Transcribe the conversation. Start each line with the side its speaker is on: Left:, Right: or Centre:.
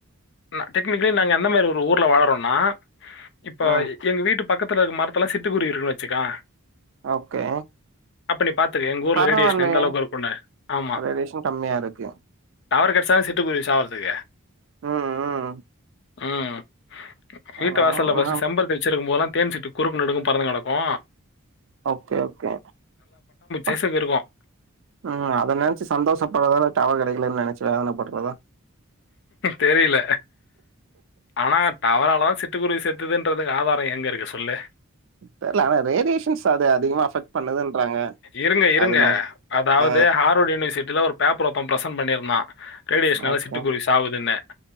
Left: ம் நா டெக்னிகலி நாங்க எந்த மாரி ஒரு ஊர்ல வாழறோனா இப்போ
Right: ம்
Left: எங்க வீட்டு பக்கத்துல இருக்க மரத்துல சிட்டுக்குருவி இருக்குன்னு வச்சுக்கா
Right: ஓகே
Left: அப்ப நீ பாத்துக்க எங்க ஊர்ல
Right: பரவாயில்லயே
Left: ரேடியேஷன் எந்த அளவுக்கு இருக்குன்னு ஆமா
Right: ரேடியேஷன் கம்மியா இருக்கு
Left: டவர் கெடச்சா தா சிட்டுக்குருவி சாவறதுக்கு
Right: ம் ம்
Left: ம் வீட்டு
Right: ஆனா
Left: வாசல்ல ஃபர்ஸ்ட்டு
Right: நா
Left: செம்பருத்தி வச்சிருக்கும் போதெல்லா தேன்சிட்டு குறுக்கு நெடுக்கு பறந்து நடக்கு
Right: ஓகே ஓகே ப
Left: சைஸுக்கு இருக்கும்
Right: உம் அத நனச்சு சந்தோஷப்படுறதால டவர் கடைகள்லன்னு நனைச்சு வேதன படுறதா
Left: தெரியல ஆனா தவறால தான் சட் ட்டு குருவி செதாத்துன்றதுக்கு ஆதாரம் எங்க இருக்கு சொல்லு
Right: தெரில ஆனா ரேடியேஷன்ஸ் அத அதிகமா அஃபெக்ட் பண்ணுதுன்றாங்க
Left: இருங்க இருங்க
Right: அது நமக்கு
Left: அதாவது
Right: அ
Left: ஹார்வர்ட் யூனிவர்சிட்டியில ஒரு பேப்பர் பிரசன்ட பண்ணியிருந்தான் ரேடியேஷன
Right: ஓகே.
Left: சிட்டுக் சவுதுன